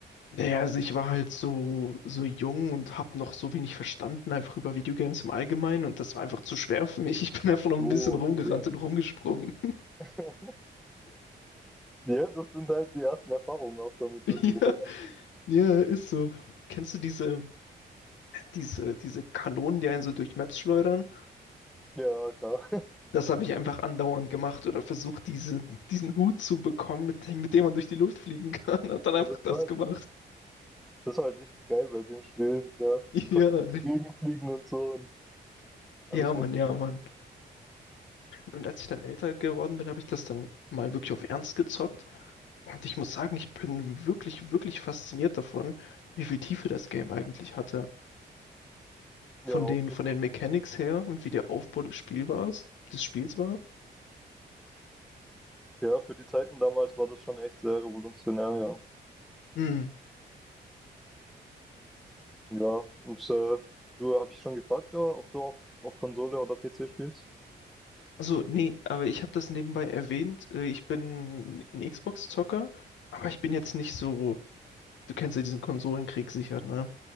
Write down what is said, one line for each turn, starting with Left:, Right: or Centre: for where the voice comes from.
Left: Naja, also ich war halt so, so jung und habe noch so wenig verstanden, einfach über Videogames im Allgemeinen und das war einfach zu schwer für mich. Ich bin einfach
Centre: Ach
Left: noch
Centre: so,
Left: ein bisschen rumgerannt
Centre: okay.
Left: und rumgesprungen.
Centre: <laughs> Ja, das sind halt die ersten Erfahrungen auch damit irgendwo.
Left: Ja,
Centre: Oder?
Left: ja, ist so. Kennst du diese, diese, diese Kanonen, die einen so durch Maps schleudern?
Centre: Ja, klar.
Left: Das habe ich einfach andauernd gemacht oder versucht, diese, diesen Hut zu bekommen, mit, dem- mit dem man durch die Luft fliegen kann. <laughs> Hab
Centre: <laughs>
Left: dann einfach
Centre: Das
Left: das
Centre: war halt,
Left: gemacht.
Centre: das war halt richtig geil bei dem Spiel. Ja, man konnte
Left: Ja,
Centre: durch die Gegend fliegen und so und
Left: <laughs>
Centre: alles
Left: ja, Mann,
Centre: Mögliche.
Left: ja, Mann. Und als ich dann älter geworden bin, habe ich das dann mal wirklich auf Ernst gezockt. Und ich muss sagen, ich bin wirklich, wirklich fasziniert davon, wie viel Tiefe das Game eigentlich hatte. Von
Centre: Ja, auf
Left: den,
Centre: jeden
Left: von
Centre: Fall.
Left: den Mechanics her und wie der Aufbau des Spiel war, des Spiels war.
Centre: Ja, für die Zeiten damals war das schon echt sehr revolutionär, ja.
Left: Hm.
Centre: Ja, und äh, du habe ich schon gefragt, ja, ob du auf, auf Konsole oder PC spielst?
Left: Also, nee, aber ich habe das nebenbei erwähnt. äh, Ich bin ein Xbox-Zocker, aber ich bin jetzt nicht so. Du kennst ja diesen Konsolenkrieg sicher, ne?